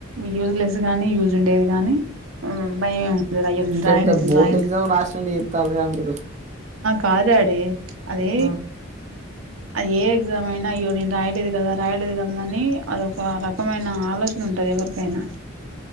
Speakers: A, on the right (about 80°); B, on the right (about 35°).
A: యూజ్లెస్ గానీ యూజ్ ఉండేవి గాని ఉ భయ ఇ ఈ నింద్రయన్
B: పెద్ద
A: నింద్రయన్
B: బోర్డ్ ఎగ్జామ్ రాసినట్టు చెప్తారుగా మీరు
A: కాదు డాడీ అది
B: ఆ,
A: అది ఏ ఎగ్జామ్ అయినా అయ్యో నేను రాయలేదు కదా రాయలేదు కదా అని అదో ఒక రకమైన ఆలోచన ఉంటది ఎవరికి కైనా